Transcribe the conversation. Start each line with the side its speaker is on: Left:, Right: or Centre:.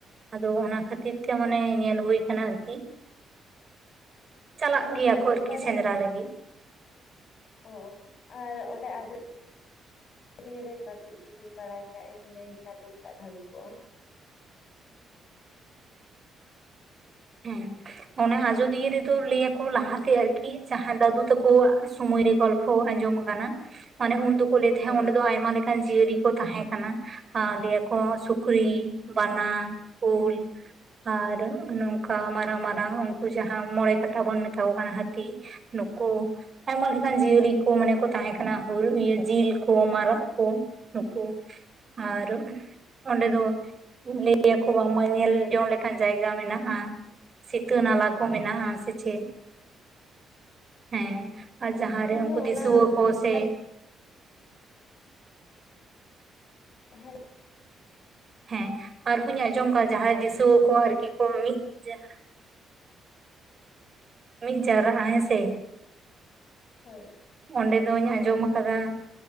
Right: ᱟᱫᱚ ᱚᱱᱟ ᱠᱷᱟᱹᱛᱤᱨ ᱛᱮ ᱢᱟᱱᱮ ᱧᱮᱞ ᱦᱩᱭᱳ ᱟᱠᱟᱱᱟ ᱟᱨᱠᱤ
Left: <inaudible>
Right: ᱪᱟᱞᱟᱜ
Left: ᱟᱢ ᱚᱱᱠᱟ
Right: ᱢᱮᱭᱟ ᱠᱩ
Left: ᱜᱮᱢ
Right: ᱟᱨᱠᱤ
Left: ᱵᱟᱰᱟᱭᱟ
Right: ᱥᱮᱸᱫᱽᱨᱟ ᱞᱟᱹᱜᱤᱫ
Left: ᱚ ᱟᱨ ᱚᱸᱰᱮ ᱟᱡᱚ ᱥᱩᱨᱭᱟᱹ ᱨᱮ ᱠᱟᱹᱴᱤᱡ ᱡᱩᱫᱤᱢ ᱵᱟᱲᱟᱭ ᱠᱷᱟᱡ ᱮᱢ ᱞᱟᱹᱭ ᱥᱟᱰᱤ ᱞᱮᱠᱷᱟᱱᱡ ᱵᱷᱟᱹᱜᱤ ᱠᱚᱜᱼᱟ
Right: ᱦᱮᱸ ᱚᱱᱮ ᱟᱡᱚᱫᱤᱭᱟᱹ ᱨᱮᱫᱚ ᱞᱟᱹᱭ ᱭᱟᱠᱚ ᱞᱟᱦᱟᱛᱮ ᱟᱨᱠᱤ ᱡᱟᱦᱟᱸ ᱫᱟᱫᱩ ᱛᱟᱠᱚ ᱥᱩᱢᱚᱭ ᱨᱮ ᱜᱚᱞ ᱦᱳ ᱟᱸᱡᱚᱢ ᱟᱠᱟᱱᱟ ᱢᱟᱱᱮ ᱩᱱ ᱫᱚᱠᱚ ᱞᱟᱹᱭ ᱛᱟᱦᱮᱸᱫ
Left: ᱦᱳᱭ
Right: ᱚᱸᱰᱮ ᱫᱚ ᱟᱭᱢᱟ ᱞᱮᱠᱟᱱ ᱡᱤᱭᱟᱹᱞᱤ ᱠᱚ ᱛᱟᱦᱮᱸ ᱠᱟᱱᱟ᱾ ᱟᱨ ᱞᱟᱹᱭᱟᱠᱚ ᱥᱩᱠᱨᱤ ᱵᱟᱱᱟ ᱩᱞ ᱟᱨ ᱱᱚᱝ ᱚᱱᱠᱟ ᱢᱟᱨᱟᱝ ᱢᱟᱨᱟᱝ ᱩᱱᱠᱩ ᱡᱟᱦᱟᱸ ᱢᱚᱬᱮ ᱠᱟᱴᱟ ᱵᱚᱱ ᱢᱮᱛᱟ ᱠᱚ ᱠᱟᱱᱟ ᱦᱟᱹᱛᱤ ᱱᱩᱠᱩ ᱟᱭᱢᱟ ᱞᱮᱠᱟᱱ ᱡᱤᱭᱟᱹᱞᱤ ᱠᱚ ᱢᱟᱱᱮ ᱠᱚ ᱛᱟᱦᱮᱸ ᱠᱟᱱᱟ ᱦᱩ ᱤᱭᱟᱹ ᱡᱤᱞ ᱠᱚ ᱢᱟᱨᱟᱜ ᱠᱚ ᱱᱩᱠᱩ ᱟᱨ ᱚᱸᱰᱮ ᱫᱚ ᱞᱟ. ᱭ ᱠᱷᱩ ᱵᱟᱝᱢᱟ ᱧᱮᱞ ᱡᱚᱝ ᱞᱮᱠᱟᱱ ᱡᱟᱭᱜᱟ ᱢᱮᱱᱟᱜᱼᱟ ᱥᱤᱛᱟᱹ ᱱᱟᱞᱟ ᱠᱚ ᱢᱮᱱᱟᱜᱼᱟ
Left: ᱦᱳᱭ
Right: ᱥᱮ ᱪᱮᱜ ᱦᱮᱸ ᱟᱨ ᱡᱟᱦᱟᱸᱨᱮ
Left: ᱤᱧᱦᱚᱸ
Right: ᱩᱱᱠᱩ ᱫᱤᱥᱩᱣᱟᱹ
Left: ᱚᱱᱟ
Right: ᱠᱚ ᱥᱮ
Left: ᱠᱟᱹᱡ ᱦᱮᱸᱜ ᱞᱚ
Right: ᱦᱮᱸ ᱟᱨ ᱦᱩᱧ ᱟᱸᱡᱚᱢ ᱠᱚᱣᱟ ᱡᱟᱦᱟᱸᱭ ᱫᱤᱥᱟᱹᱣ ᱠᱚ ᱟᱨᱠᱤ ᱠᱚ ᱢᱤᱫ ᱡᱟᱦᱟᱸ ᱢᱤᱫ ᱡᱟᱣᱨᱟᱜᱼᱟ ᱦᱮᱸ ᱥᱮ
Left: ᱦᱳᱭ
Right: ᱚᱸᱰᱮ ᱫᱚᱩᱧ ᱟᱸᱡᱚᱢ ᱟᱠᱟᱫᱟ